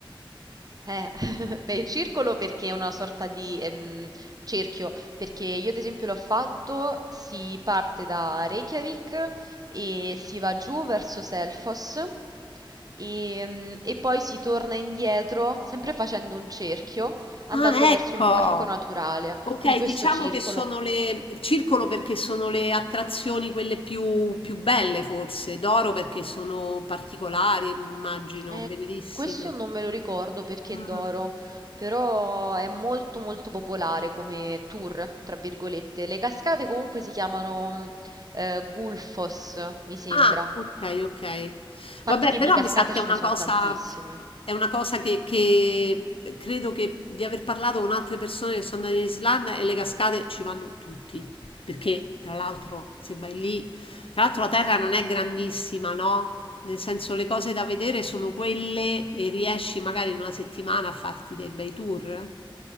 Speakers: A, on the right; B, on the left.
A: Eh, <laughs> beh, il circolo perché è una sorta di ehm, cerchio, perché io ad esempio l'ho fatto, si parte da Reykjavik e si va giù verso Selfos e, e poi si torna indietro, sempre facendo un cerchio, andando
B: Ah,
A: verso
B: ecco.
A: il parco naturale.
B: Okay,
A: Quindi questo
B: diciamo
A: circolo.
B: che sono le circolo perché sono le attrazioni quelle più più belle forse, d'oro perché sono particolari, immagino,
A: Eh,
B: bellissime.
A: questo non me lo ricordo perché
B: Mh.
A: è d'oro, però è molto molto popolare come tour, tra virgolette. Le cascate comunque si chiamano mh, eh, Gulfos, mi sembra.
B: Ah,
A: A
B: ok, ok.
A: parte
B: Vabbè,
A: che
B: però
A: di cascate
B: mi sa che
A: ce
B: è una
A: ne sono
B: cosa,
A: tantissime.
B: è una cosa che, che credo che di aver parlato con altre persone che sono andate in Islanda e le cascate ci vanno tutti. Perché, tra l'altro, se vai lì, tra l'altro la terra non è grandissima, no? Nel senso, le cose da vedere sono quelle e riesci magari in una settimana a farti dei bei tour.